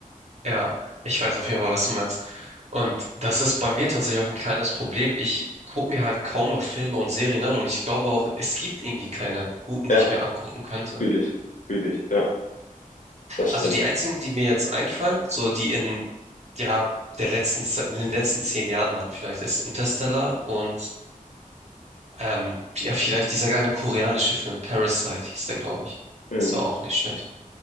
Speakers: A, on the right (about 50°); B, on the left (about 65°).
A: Ja, ich weiß auf jeden Fall, was du meinst. Und das ist bei mir tatsächlich auch ein kleines Problem. Ich gucke mir halt kaum noch Filme und Serien an und ich glaube auch, es gibt irgendwie keine guten,
B: Ja,
A: die ich mir angucken könnte.
B: fühle ich, fühle ich, ja, das
A: Also
B: stimmt.
A: die einzigen, die mir jetzt einfallen, so die in, ja, der letzten, Ze- in den letzten zehn Jahren waren, vielleicht ist Interstellar und ähm, ja, vielleicht dieser eine koreanische Film, Parasite hieß der, glaube ich.
B: Mhm.
A: Das war auch nicht schlecht.